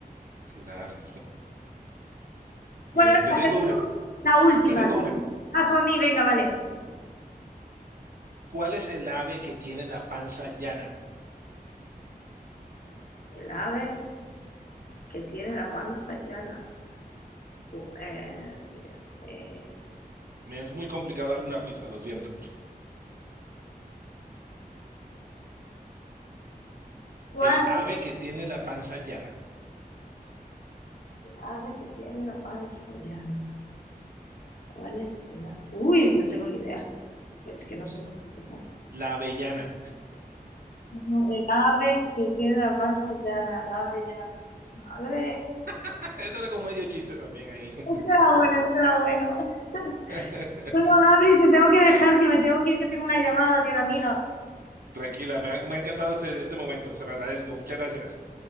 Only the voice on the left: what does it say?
Bueno, venga,
te hago la última.
A tu amiga, venga, vale.
El ave que tiene la panza llana. Bu- eh, ni idea. Eh,
¿Cuál?
el ave que tiene la panza llana. ¿Cuál es el ave? Uy, no tengo ni idea. Es que no sé. No,
no, El ave que tiene la panza llana, el ave llana. Madre.
Esto era bueno, esto era bueno. <laughs>
Bueno, Gabri, te tengo que dejar, que me tengo que ir, que tengo una llamada de una amiga.